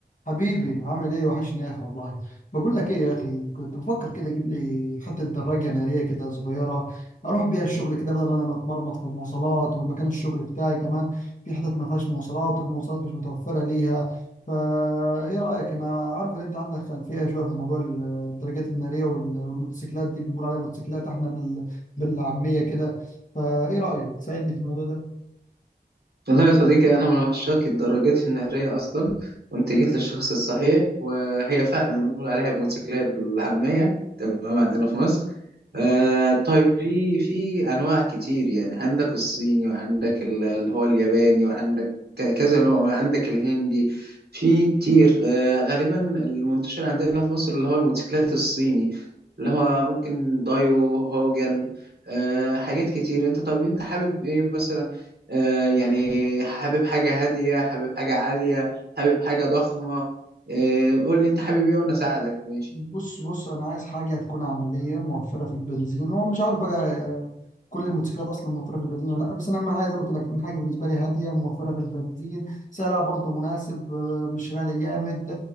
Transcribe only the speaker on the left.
حبيبي عامل ايه وحشني يا اخي والله بقول لك ايه يا اخي كنت بفكر كده اجيب لي حته دراجه ناريه كده صغيره اروح بيها الشغل كده بدل ما انا اتمرمط في المواصلات والمكان الشغل بتاعي كمان في حتت ما فيهاش مواصلات والمواصلات مش متوفره ليها فا ايه رايك انا عارف ان انت عندك خلفيه شويه في موضوع ال- الدراجات الناريه وال- والموتوسيكلات دي بنقول عليها موتوسيكلات احنا بال... بالعاميه كده فايه رايك تساعدني في الموضوع ده
بص بص انا عايز حاجه تكون عمليه موفره في البنزين هو مش عارف بقى آه، كل الموتوسيكلات اصلا موفره في البنزين ولا لا بس انا اهم حاجه زي ما قلت لك تكون حاجه بالنسبه لي هاديه موفره في البنزين سعرها برضو مناسب آه، مش غالي جامد